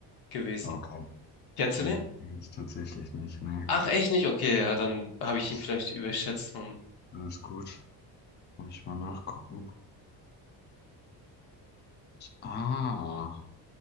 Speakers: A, on the left; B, on the left.
A: gewesen.
B: Okay,
A: Kennst
B: den
A: du den?
B: kenne ich tatsächlich nicht. Nee,
A: Ach, echt nicht? Okay, ja, dann habe ich
B: alles,
A: ihn vielleicht überschätzt. Hm.
B: alles gut. Muss ich mal nachgucken. Ah,